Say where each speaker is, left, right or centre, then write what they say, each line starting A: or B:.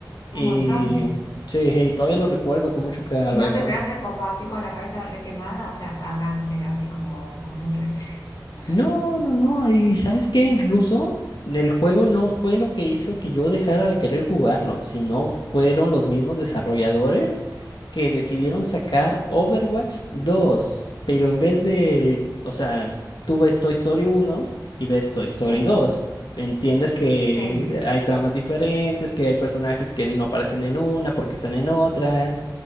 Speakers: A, on the left; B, on the left.
A: Y
B: Un montón.
A: sí, hey, todavía lo recuerdo con mucho corazón.
B: Y no terminas de como así con la cabeza requemada, o sea, acá te así como con mucho estrés. <laughs>
A: No, no, no. Y ¿sabes qué? Incluso el juego no fue lo que hizo que yo dejara de querer jugarlo, sino fueron los mismos desarrolladores que decidieron sacar Overwatch dos, pero en vez de, o sea, tú ves Toy Story uno y ves Toy Story
B: Sí,
A: 2. Entiendes que
B: sí.
A: hay tramas diferentes, que hay personajes que no aparecen en una porque están en otra.